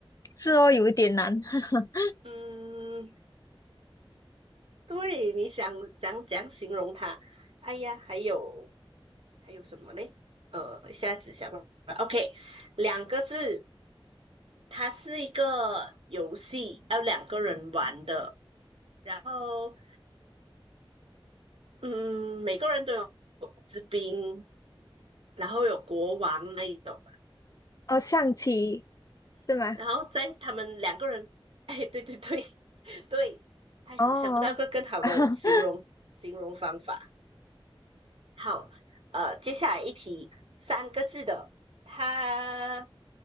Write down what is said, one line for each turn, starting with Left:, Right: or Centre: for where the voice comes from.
Left: 是哦，有一点难。<laughs>
Right: 嗯，对，你想怎样怎样形容它？哎呀，还有还有什么嘞？呃，一下子想不到 OK，两个字，它是一个游戏，要两个人玩的。然后嗯，每个人都有士兵，然后有国王那一种，
Left: 哦，象棋是吗？
Right: 然后在他们两个人，哎，对对对对，哎，
Left: 哦，
Right: 我想不到个更好的形容形容方法。
Left: <laughs>
Right: 好，呃，接下来一题，三个字的，它